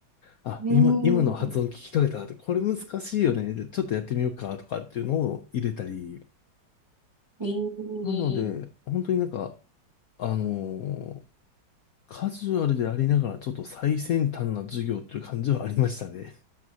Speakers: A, on the left; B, on the right.
A: あ、
B: ーん、
A: 今、今の発音聞き取れたって、これ難しいよね。でちょっとやってみようかとかっていうのを入れたり。
B: ねえ、
A: なので、本当になんか、あのーカジュアルでありながらちょっと最先端な授業っていう感じはありましたね。